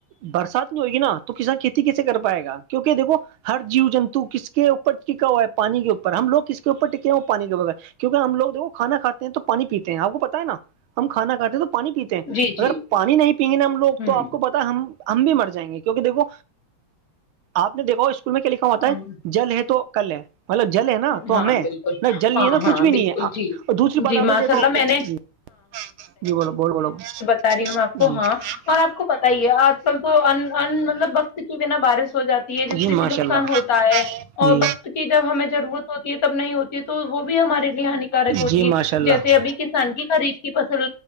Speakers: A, on the right; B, on the left.
A: برسات نہیں ہوئےگی نا تو کسان کھیتی کیسے کر پائے گا کیونکہ دیکھو ہر جیو جنتو کس کے اوپر ٹکا ہوا ہے پانی کے اوپر ہم لوگ کس اوپر ٹکے وہ پانی کے بغیر کیونک ہم لو جو وہ کھانا کاتے- تو پانی پیتے ہیں آپ کو پتا ہے, نا ہم کھانا کھاتے ہیں تو پانی پیتے ہیں
B: جی
A: اگر
B: جی
A: پانی نہیںی- ہم لوگ
B: ہوں
A: تو آپ کو پتا ہم ہم بھی مر جائیں گے کیونکہ دیکھو آپ نے دیکھو اس کو- میں کیا لکھا ہوتا
B: ہاں
A: ہے جل ہے تو کل ہے- مطلب جل ہے, نا تو
B: ہاں
A: ہمیں
B: بالکل
A: نہیں جل
B: ہاں
A: نہیں ہے نا
B: ہاں
A: کچھ بھی نہیں
B: بالکل
A: ہے
B: جی
A: دوسری بات
B: جی
A: آپ نے
B: ماشاء
A: دیکھا
B: اللہ
A: ہو
B: میں
A: ج-
B: نے
A: جی بولو بول بولو
B: ساری ہوں آپ
A: ہاں
B: اور آپ کو پت ہی ہے آج کل تو مطلب وقت کے بنا بارش ہو جاتی ہے جس
A: جی ماشاء
B: سے ب نقصان
A: اللہ
B: ہوتا ہے
A: جی
B: اور وقت کی جب ہمیں ضرورت تی تب نہیں ہوتی ہے تو وہ بھی ہمارے لیے ہانیکارک ہوتی
A: جی ماشاء
B: ہے
A: اللہ
B: جیسے ابھی کسان کی خریف کی فصل